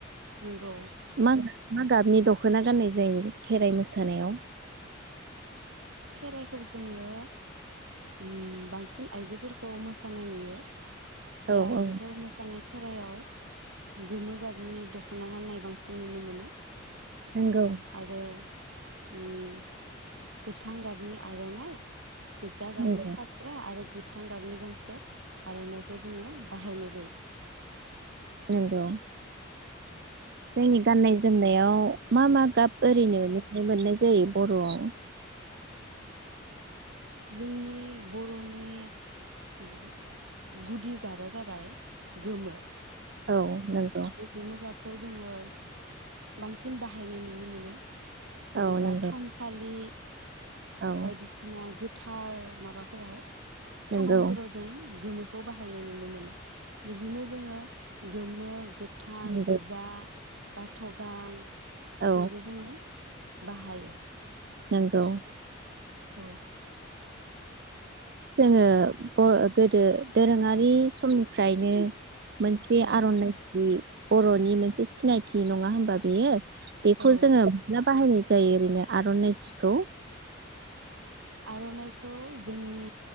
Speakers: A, on the right; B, on the right.
A: नंगौ
B: मा मा गाबनि दख'ना गाननाय जायो खेराइ मोसानायाव
A: खेराइखौ जोङो उम बांसिन आइजोफोरखौ मोसानाय नुयो बे
B: औ
A: आइजोफोर
B: औ
A: मोसानाय खेराइायाव गोमो गाबनि दख'ना गाननाय बांसिन नुनो मोनो
B: नंगौ
A: आरो उम गोथां गाबनि आर'नाइ गोजा गाबनि
B: नंगौ
A: फास्रा आरो गोथां गाबनि गांसे आर'नाइखौ जोङो बाहायनो <unintelligible>
B: नोंगौ
A: <inaudible>
B: जोंनि गाननाय जोमनायाव मा मा गाब ओरैनो नुनाय मोननाय जायो बर'आव
A: <inaudible> जोंनि बर'नि गुदि गाबा जाबाय गोमो
B: औ नंगौ
A: बे गोमो गाबखौ जोङो बांसिन बाहायनाय नुनो मोनो जेनेबा
B: औ नंगौ
A: थानसालि
B: औ
A: बायदिसिना गो थार माबाफोराव खामानिफोराव
B: नंगौ
A: जों गोमोखौ बाहायनाय नुनो मोनो बिदिनो जोङो गोमो गोथां
B: नंगौ
A: गोजा बाथ' गां बेफोरखौ
B: औ
A: जोङो बाहाय
B: नोंगौ
A: औ
B: जोङो बर गोदो दोरोङारि समनिफ्रायनो मोनसे
A: औ
B: आर'नाइ जि बर'नि मोनसे सिनायथि नङा होनबा बेयो बेखौ
A: औ
B: जोङो <unintelligible> बाहायनोसै जायो ओरैनो आर'नाइ जिखौ
A: आर'नाइखौ जोंनि